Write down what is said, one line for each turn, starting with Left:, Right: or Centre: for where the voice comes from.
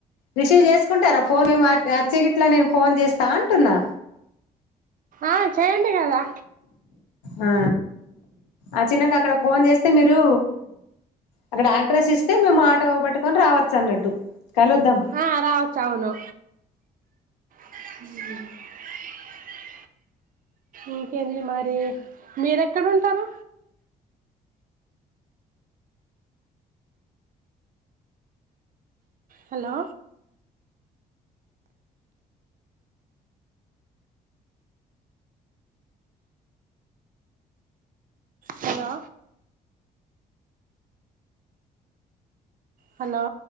Left: రిసీవ్ చేసుకుంటారా, ఫోన్ మ వచ్చేగిట్లా నేను ఫోన్ చేస్తా అంటున్నా.
Right: ఆ చేయండి కదా
Left: ఆ అచ్చినంక అక్కడ ఫోన్ చేస్త అంటే మీరు అక్కడ అడ్రస్ ఇస్తే మేము ఆటో పట్టుకొని రావచ్చు అన్నట్టు. కలుద్దాం
Right: ఆ రవచ్చవును. <unintelligible> ఇంకేంటి మరి మీర ఎక్కడ ఉంటారు హలో హలో హలో